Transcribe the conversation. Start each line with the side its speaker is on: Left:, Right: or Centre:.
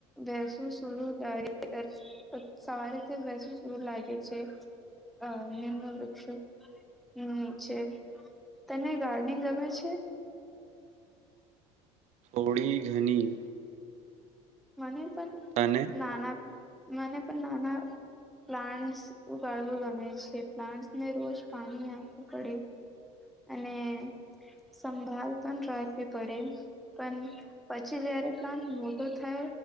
Centre: બેસું સુરું લાગે સવારે તે બેસું સુરું લાગે છે. અ ની મનું વૃક્ષ નીચે. તને ગા નીંગ ગમે છે?
Right: <inaudible> ઘણી
Centre: મને પણ
Right: અને
Centre: નાના મને પણ નાના પ્લાન્ટસ ઉગાડવું ગમે છે. પ્લાન્ટને રોજ પાણી આપવું પડે અને સંભાળ પણ રાખવી પડે. પણ પછી જયારે પ્લાન્ટ મોટો થાય